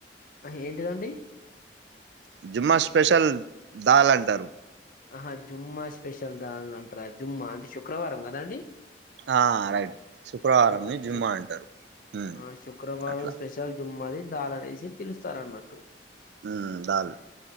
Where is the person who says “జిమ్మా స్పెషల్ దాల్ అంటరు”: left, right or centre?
Right